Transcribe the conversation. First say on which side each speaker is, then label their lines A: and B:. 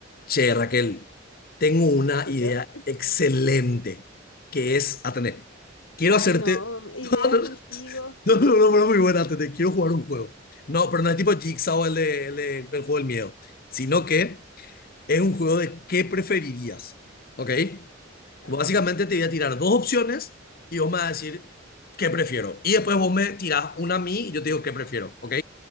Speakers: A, on the left; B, on the left.
A: Che, Raquel, tengo una
B: ¿Escucho?
A: idea excelente que es, atender.
B: <laughs>
A: quiero
B: Ay,
A: hacerte...
B: no, ideas
A: <laughs>
B: contigo.
A: No, no, no, no, no, no, muy buena, atender. quiero jugar un juego. No, pero no es tipo Jigsaw el, de, el, de- el juego del miedo, sino
B: Bueno,
A: que es un juego de qué preferirías, ¿ok?
B: ok.
A: Básicamente te voy a tirar dos opciones y vos me vas a decir qué prefiero. Y después vos me tirás una a mí y yo te digo qué prefiero, ¿ok?